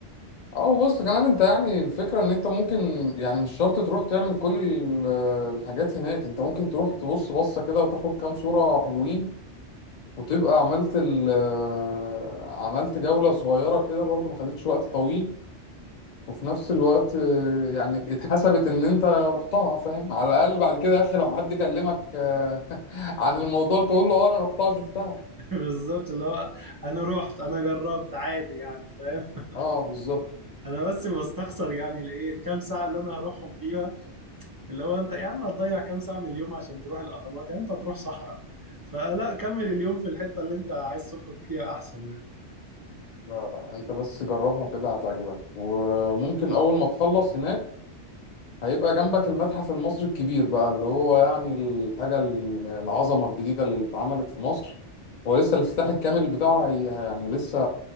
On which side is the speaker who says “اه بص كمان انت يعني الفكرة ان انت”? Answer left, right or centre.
Left